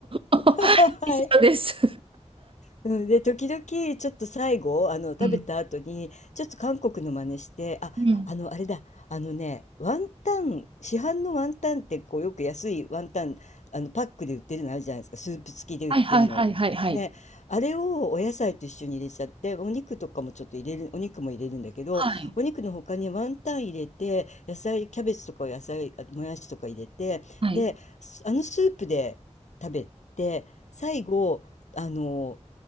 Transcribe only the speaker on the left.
<laughs> はい。
うん、で、時々、ちょっと最後、あの、食べた後に、
ちょっと韓国の真似して、あ、
あの、あれだ、あのね、ワンタン、市販のワンタンって、こう、よく安いワンタン、あの、パックで売ってるのあるじゃないですか、スープ付きで売ってるの。
ね、あれをお野菜と一緒に入れちゃって、お肉とかもちょっと入れる、お肉も入れるんだけど、
お肉の他にワンタン入れて、野菜、キャベツとか野菜、あともやしとか入れて、
で、あのスープで食べて、最後、あの、